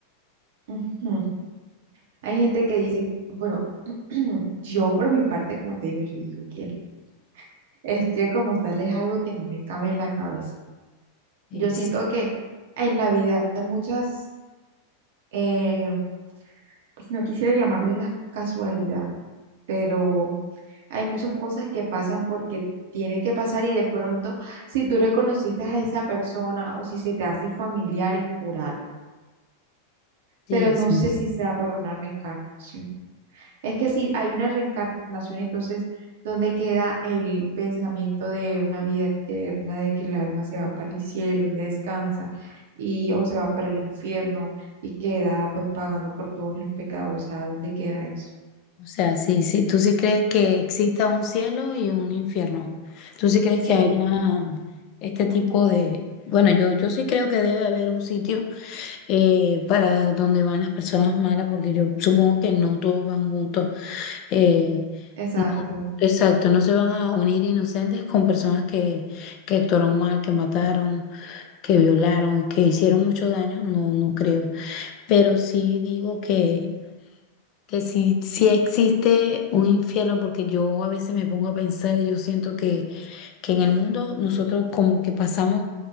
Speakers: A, on the right; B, on the left.
A: Ujú. Hay gente que dice, bueno, <clears throat> yo por mi parte, como te digo, yo digo que no. Es que como tal es algo que no me cabe en la cabeza.
B: Eh,
A: Yo siento que en la vida hay muchas, eh, pues no quisiera llamarle la casualidad, pero hay muchas cosas que pasan porque tienen que pasar y de pronto si tú reconociste a esa persona o si se te hace familiar es por algo,
B: sí,
A: pero no
B: sí,
A: sé
B: sí.
A: si sea por una reencarnación. Es que si hay una reencarnación, entonces, ¿dónde queda el pensamiento de una vida eterna, de que el alma se va para el cielo y descansa, y, o se va para el infierno y queda pues pagando por todos los pecados? O sea, ¿dónde queda eso?
B: O sea, sí, sí, tú sí crees que exista un cielo y un infierno. Tú sí crees
A: Sí,
B: que haya este tipo de... Bueno, yo, yo sí creo que debe haber un sitio eh, para donde van las personas malas, porque yo supongo que no todos van juntos. eh,
A: exacto.
B: no, exacto, no se van a unir inocentes con personas que, que actuaron mal, que mataron, que violaron, que hicieron mucho daño. No, no creo. Pero sí digo que que si, si existe un infierno, porque yo a veces me pongo a pensar y yo siento que, que en el mundo nosotros como que pasamos,